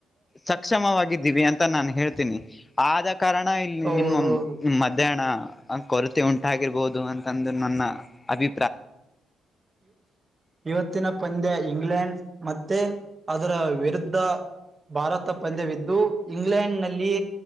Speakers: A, on the left; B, on the right.
A: ಸಕ್ಷಮವಾಗಿದ್ದೀವಿ ಅಂತ ನಾನ್ ಹೇಳ ಆದ ಕಾರಣ ಇಲ್ಲಿ
B: ಹೌದೌದು
A: ನಿಮ್ಮ ಮಧ್ಯಾಹ್ನ ಕೊರತೆ ಉಂಟಾಗಿರ್ಬೋದು ಅಂತಂದು ನನ್ನ ಅಭಿ
B: ಇವತ್ತಿನ ಪಂದ್ಯ ಇಂಗ್ಲೆಂಡ್ ಮತ್ತೆ ಅದರ ವಿರುದ್ಧ ಭಾರತ ಪಂದ್ಯವಿದ್ದು ಇಂಗ್ಲೆಂಡ್ ನಲ್ಲಿ